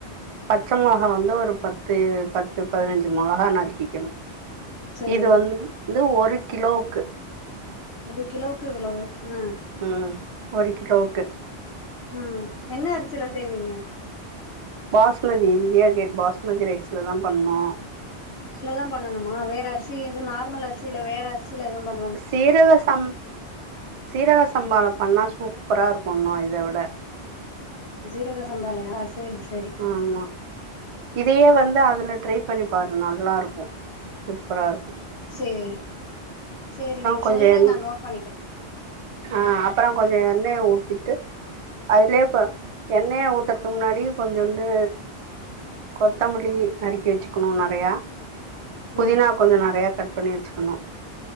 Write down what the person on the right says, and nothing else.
பச்ச மொளகா வந்து ஒரு பத்து பத்து பதினஞ்சு மொளகா நறுக்கிக்கணு
இது வந்து ஒரு கிலோக்கு
ம் ஒரு கிலோக்கு
பாஸ்மதி இந்தியா கேட் பாஸ்மதி ரைஸ்ல தா பண்ணோ
சீரக சம் சீரக சம்பாளா பண்ணா சூப்பரா இருக்கு இன்னு இத விட
ஆமா இதையே வந்து அதுல ட்ரை பண்ணி பாரு நல்லாருக்கு சூப்பராருக்கு
கொஞ்சோ
எண்
ஆ அப்பற கொஞ்ச எண்ணெய ஊத்திட்டு அதுலே இப்ப எண்ணெய ஊத்றதுக் முன்னாடி கொஞ்சோன்டு கொத்தமல்லி நறுக்கி வச்சுக்கணு நறையா
புதினா கொஞ்ச நறையா கட் பண்ணி வச்சுக்குணு